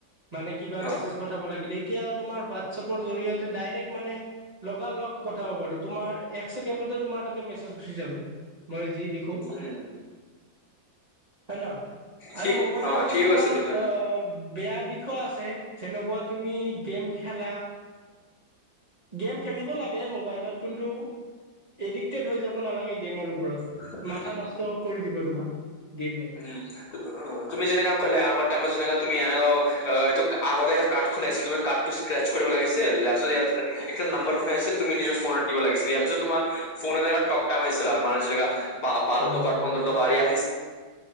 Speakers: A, on the right; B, on the left.
A: মানে কিবা
B: অ
A: মেছেজ পঠাব লাগিলে এতিয়া তোমাৰ হোৱাটছএপ জৰিয়তে মানে। লগা লগ পঠাব পাৰো তোমাৰ একচেকেণ্ড তোমাৰ মেছেজ গুচি যাব। যি লিখো
B: উম।
A: হয় ন
B: ঠিক
A: আৰু মোবাইলৰ
B: অ
A: কিছুমান
B: ঠিক আছে তুমি
A: অ বেয়া। দিশ আছে যেনেকুৱা তুমি গেম খেলা। গেম খেলিব লাগে মোবাইলত কিন্তু এদি। ক্ৰিকেট হৈ যাব নালাগে গেমৰ ওপৰত।
B: <unintelligible>
A: মাথা নষ্ট কৰি দিব তোমাক। গেমে
B: উম উ তুমি যেনেকা কলে আগৰ টাইমত যেনেকা তুমি এনেকা। অ এইটো আগতে একটা কাৰ্ড খনে আছিল তুমাৰ কাৰ্ডটো স্ক্ৰেচ কৰিব লাগিছিল এক নাম্ব খন আছিল। তুমি নিজৰ ফোনত দিব লাগিছিল ইয়াৰ পিছ তোাৰ ফোনত এনে ট টামিছিল আৰু মানে যেনেকা। বাৰ
A: হয়
B: টকাৰ
A: হয়
B: পন্ধৰ টকাৰি আহি।